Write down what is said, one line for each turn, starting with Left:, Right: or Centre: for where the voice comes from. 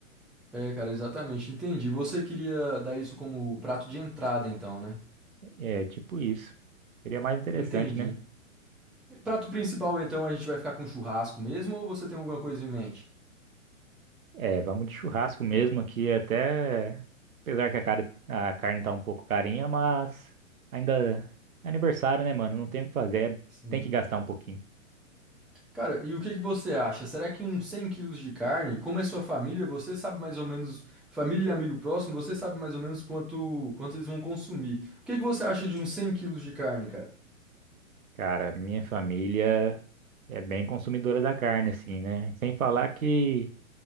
Centre: É, cara, exatamente, entendi. Você queria dar isso como prato de entrada, então, né?
Right: É tipo isso. Seria mais interessante,
Centre: Entendi.
Right: né?
Centre: Prato principal, então, a gente vai ficar com churrasco mesmo ou você tem alguma coisa em mente?
Right: É, vamos de churrasco mesmo aqui, até. Apesar que a, cara, a carne tá um pouco carinha, mas ainda é aniversário, né, mano? Não tem o que fazer, é,
Centre: Sim.
Right: tem que gastar um pouquinho.
Centre: Cara, e o que que você acha? Será que uns 100 quilos de carne, como é sua família, você sabe mais ou menos, família e amigo próximo, você sabe mais ou menos quanto, quanto eles vão consumir. O que que você acha de uns 100 quilos de carne, cara?
Right: Cara, minha família é bem consumidora da carne, assim, né? Sem falar que